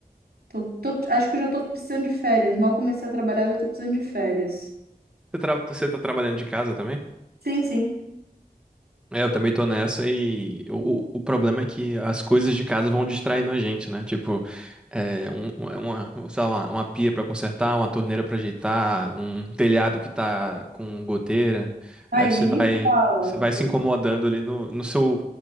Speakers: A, on the right; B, in the centre.
A: tô- tô- acho que eu já tô precisando de férias. Mal comecei a trabalhar, já tô precisando de férias.
B: Você, tra- você tá trabalhando de casa também?
A: Sim, sim.
B: É, eu também tô nessa e o, o o problema é que as coisas de casa vão distraindo a gente, né? Tipo, é, um- um- é uma, sei lá, uma, uma pia pra consertar, uma torneira pra ajeitar, um telhado que tá com goteira.
A: Ai,
B: Aí você
A: nem
B: vai,
A: me fala.
B: você vai se incomodando ali no, no seu,